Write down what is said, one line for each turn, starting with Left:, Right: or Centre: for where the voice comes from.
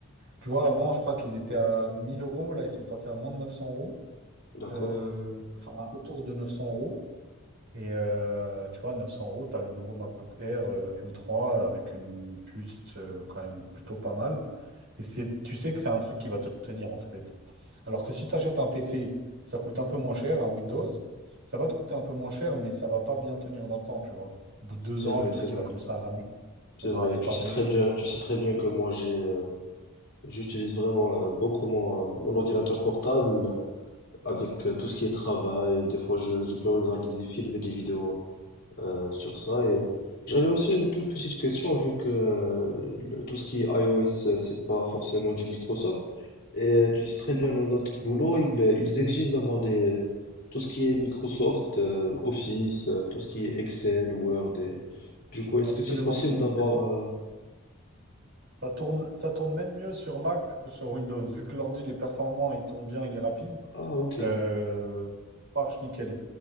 Right: Tu vois, avant, je crois qu'ils étaient à 1000 euros, là, ils sont passés à moins de neuf cents euros,
Left: D'accord.
Right: Euh, enfin, autour de 900 euros. Et euh, tu vois, 900 euros, tu as le nouveau MacBook Air euh, M3 avec une puce euh, quand même plutôt pas mal. Et c'est, tu sais que c'est un truc qui va te tenir en fait. Alors que si tu achètes un PC, ça coûte un peu moins cher, un Windows, ça va te coûter un peu moins cher, mais ça va pas bien tenir dans le temps, tu vois. Au bout de deux
Left: C'est
Right: ans,
Left: vrai,
Right: le truc
Left: c'est vrai,
Right: il va commencer à ramer,
Left: c'est
Right: il faudra
Left: vrai.
Right: réparer.
Left: Tu sais très bien, tu sais très
Right: Le
Left: bien
Right: truc,
Left: que moi
Right: il
Left: j'ai,
Right: faudra
Left: euh, j'utilise vraiment euh, beaucoup mon, euh, mon ordinateur portable euh, avec euh, tout ce qui est travail. Des fois, je, je peux regarder des films et des vidéos euh, sur ça. Et euh, j'avais aussi une toute petite question, vu que euh, le- tout ce qui est iOS, euh, c'est pas forcément du Microsoft. Et euh, tu sais très bien, dans notre boulot, ils, euh, ils exigent d'avoir des tout ce qui est Microsoft, euh, Office, euh, tout ce qui est Excel, Word. Et... Du coup, est-ce
Right: absolument
Left: que c'est possible
Right: tout.
Left: d'avoir
Right: Et Tu sais quoi?
Left: euh,
Right: Ça tourne, ça tourne même mieux sur Mac que sur Windows. Vu que l'ordi, il est performant, il tourne bien, il est rapide,
Left: Ah, ok.
Right: euh, ça marche nickel.